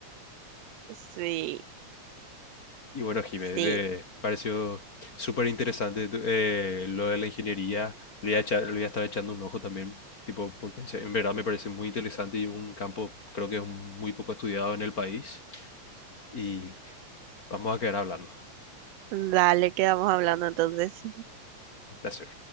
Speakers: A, on the right; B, on the left.
A: sí,
B: Y bueno, Jiménez,
A: sí.
B: me pareció súper interesante tu- eh, lo de la ingeniería. Le voy a echar- le voy a estar echando un ojo también, tipo, porque en se- en verdad me parece muy interesante y un campo creo que es muy poco estudiado en el país. Y vamos a quedar hablando.
A: Dale, quedamos hablando entonces.
B: Un placer.